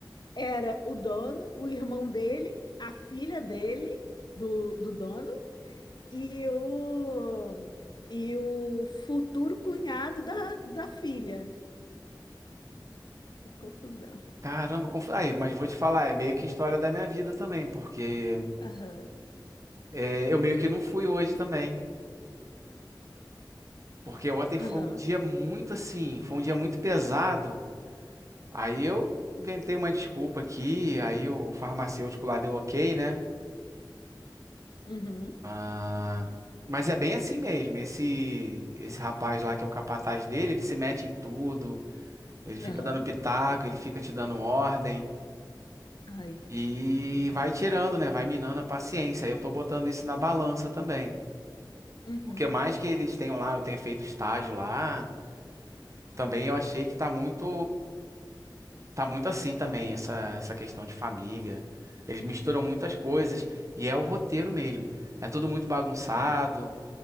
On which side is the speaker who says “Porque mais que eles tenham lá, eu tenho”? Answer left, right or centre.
Right